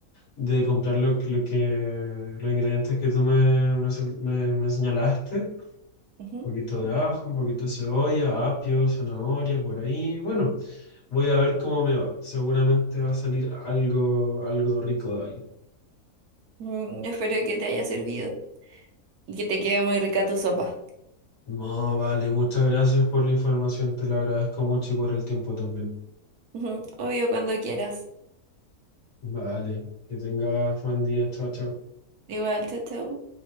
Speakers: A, on the left; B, on the right.
A: de comprar lo, lo que, los ingredientes que tú me, me, sal- me- me señalaste.
B: Ujú.
A: Un poquito de ajo, un poquito de cebolla, apio, zanahoria, por ahí. Bueno, voy a ver cómo me va. Seguramente va a salir algo, algo rico de ahí.
B: Mm, espero que te haya servido y que te quede muy rica tu sopa.
A: No, vale, muchas gracias por la información, te la agradezco mucho y por el tiempo también.
B: Ujú. Obvio, cuando quieras.
A: Vale, que tengas buen día, chao, chao.
B: Igual, chao, chao.